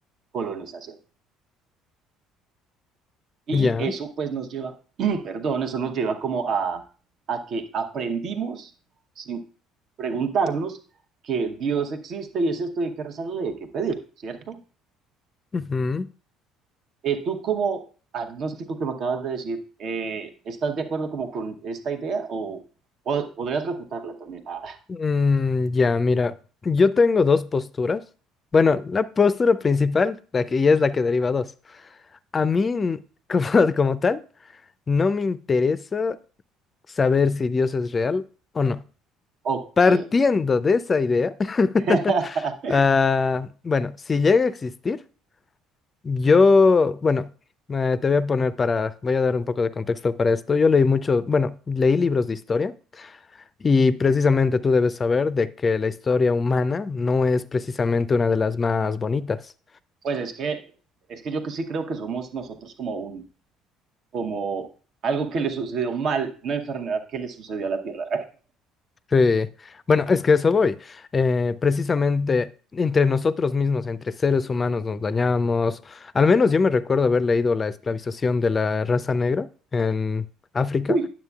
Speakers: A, on the right (about 55°); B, on the left (about 35°).
A: colonización. Y
B: Ya.
A: eso pues nos lleva, <clears throat> perdón, eso nos lleva como a, a que aprendimos sin preguntarnos que Dios existe y es esto y hay que rezarle, hay que pedir, ¿cierto?
B: ujú.
A: Eh, tú como agnóstico que me acabas de decir, eh, ¿estás de acuerdo como con esta idea o, o podrías refutarla también? Ah,
B: Mm, ya, mira, yo tengo dos posturas. Bueno, la postura principal, la que ya es la que deriva dos. A mí, <laughs> como, como tal, no me interesa saber si Dios es real o no.
A: ok.
B: Partiendo de esa idea, <laughs>
A: <laughs>
B: ah, bueno, si llega a existir, yo, bueno, eh, te voy a poner para, voy a dar un poco de contexto para esto. Yo leí mucho, bueno, leí libros de historia y precisamente tú debes saber de que la historia humana no es precisamente una de las más bonitas.
A: Pues es que, es que yo que sí creo que somos nosotros como un, como algo que le sucedió mal, una enfermedad que le sucedió a la Tierra.
B: Sí, bueno, es que a eso voy. Eh, precisamente entre nosotros mismos, entre seres humanos, nos dañamos. Al menos yo me recuerdo haber leído la esclavización de la raza negra en África
A: Uy,